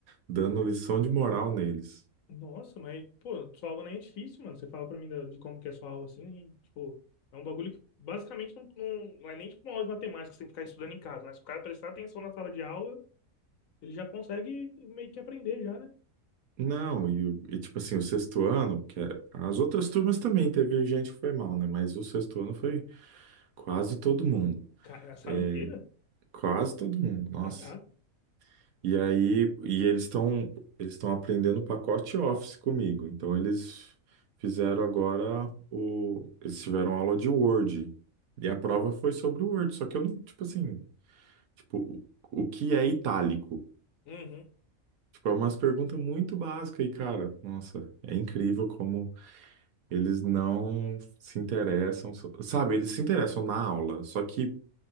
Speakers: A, on the right; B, on the left.
A: dando lição de moral neles.
B: Nossa, mas, pô, sua aula nem é difícil, mano. Você fala pra mim da- de como que é sua aula assim, e, tipo, é um bagulho que basicamente não, não, não é nem tipo uma aula de matemática que você tem que ficar estudando em casa, né? Se o cara prestar atenção na sala de aula, ele já consegue meio que aprender já, né?
A: Não, e, o- e tipo assim, o sexto ano, que é- as outras turmas também teve gente que foi mal, né? Mas o sexto ano foi quase todo mundo.
B: Cara, a sala
A: É,
B: inteira?
A: quase todo mundo, nossa.
B: Caraca.
A: E aí, e eles estão eles estão aprendendo o pacote Office comigo. Então eles fizeram agora o eles tiveram aula de Word. E a prova foi sobre o Word, só que eu não, tipo assim, tipo, o o que é itálico?
B: Uhum.
A: Tipo, é umas perguntas muito básicas e, cara, nossa, é incrível como eles não se interessam, so- sabe, eles se interessam na aula, só que